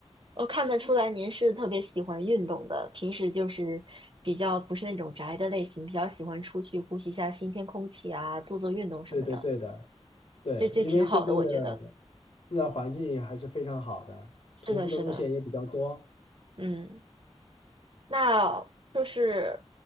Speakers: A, on the right; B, on the left.
A: 我看得出来您是特别喜欢运动的，平时就是比较不是那种宅的类型，比较喜欢出去呼吸一下新鲜空气啊，做做运动什么的，
B: 对对对的，对，
A: 这这挺好的，
B: 因为这边的
A: 我觉得。
B: 自然环境还是非常好的，徒步的路线也比较多。
A: 是的，是的，嗯。那就是